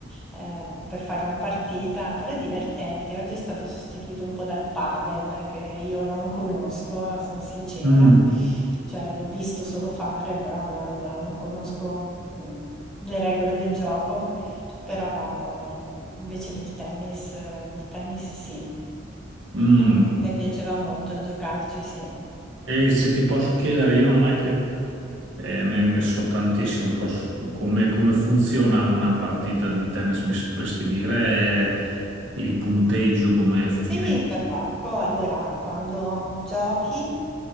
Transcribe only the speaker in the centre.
eh, per fare una partita, però è divertente. Oggi è stato sostituito un po' dal padel, che io non conosco, sono sincera,
cioè l'ho visto solo fare, però non, non conosco mh, le regole del gioco, però eh, invece del tennis, eh, il tennis sì.
Eh, mi piaceva molto giocarci, sì.
Quindi
perbacco, allora, quando giochi